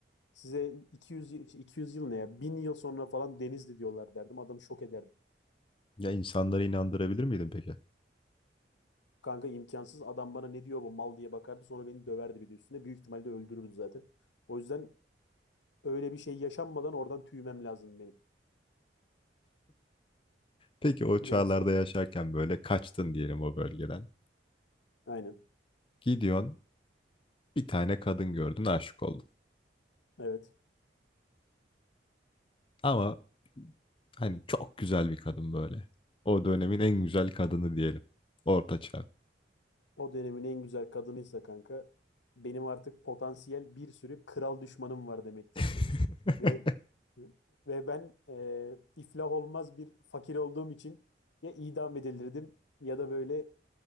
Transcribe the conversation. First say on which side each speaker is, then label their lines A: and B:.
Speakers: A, on the left; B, on the left.
A: Size 200 yıl- 200 yıl ne ya? bin yıl sonra falan Denizli diyorlar derdim. Adam şok ederdi.
B: Ya insanları inandırabilir miydin peki?
A: Kanka imkansız adam bana ne diyor bu mal diye bakardı sonra beni döverdi bir de üstüne. Büyük ihtimalle öldürürdü zaten. O yüzden öyle bir şey yaşanmadan oradan tüymem lazım benim.
B: Peki o çağlarda
A: Net.
B: yaşarken böyle kaçtın diyelim o bölgeden.
A: Aynen.
B: Gidiyorsun bir tane kadın gördün aşık oldun.
A: Evet.
B: Ama hani çok güzel bir kadın böyle. O dönemin en güzel kadını diyelim. Orta çağ.
A: O dönemin en güzel kadınıysa kanka benim artık potansiyel bir sürü kral düşmanım var demektir.
B: <laughs>
A: Ve ve ben eee, iflah olmaz bir fakir olduğum için ya idam edilirdim ya da böyle